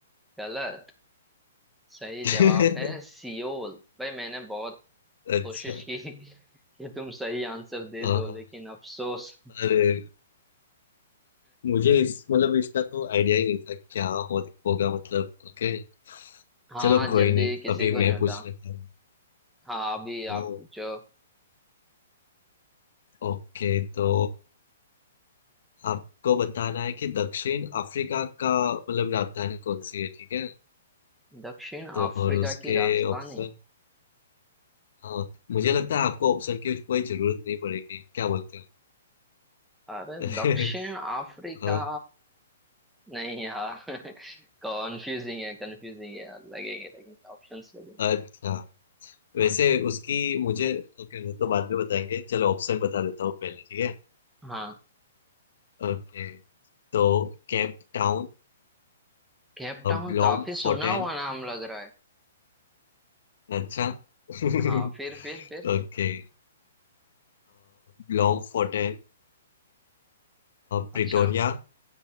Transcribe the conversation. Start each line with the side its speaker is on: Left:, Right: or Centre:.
Centre: गलत सही
Left: <laughs>
Centre: जवाब है सियोल भाई मैंने बहुत
Left: अच्छा
Centre: कोशिश की कि तुम सही आंसर दे
Left: हाँ,
Centre: दो
Left: हाँ।
Centre: लेकिन अफसोस
Left: अरे मुझे इस मतलब इसका तो आइडिया ही नहीं था क्या हो, होगा मतलब ओके
Centre: हाँ
Left: चलो कोई
Centre: जल्दी
Left: नहीं
Centre: किसी
Left: अभी
Centre: को
Left: मैं
Centre: नहीं होता
Left: पूछ लेता हूँ
Centre: हाँ अभी
Left: ओ,
Centre: आप पूछो
Left: ओके तो आपको बताना है कि दक्षिण अफ्रीका का मतलब राजधानी कौन सी है ठीक है
Centre: दक्षिण
Left: तो
Centre: अफ्रीका
Left: और उसके
Centre: की राजधानी
Left: ऑप्शन हाँ मुझे लगता है आपको ऑप्शन की कोई जरूरत नहीं पड़ेगी क्या बोलते हो
Centre: अरे
Left: <laughs>
Centre: दक्षिण अफ्रीका
Left: हाँ
Centre: नहीं यार कॉन्फ्यूजिंग है कंफ्यूजिंग है यार। लगेंगे लगेंगे ऑप्शंस लगेंगे
Left: अच्छा वैसे उसकी मुझे ओके वो तो बाद में बताएंगे चलो ऑप्शन बता देता हूँ पहले ठीक है
Centre: हाँ
Left: ओके तो केप टाउन
Centre: केप टाउन
Left: ब्लॉम
Centre: काफी
Left: फोर्टेन
Centre: सुना हुआ नाम लग रहा है
Left: अच्छा <laughs>
Centre: हाँ फिर फिर फिर
Left: ओके ब्लॉम फोर्टेन प्रिटोरिया
Centre: अच्छा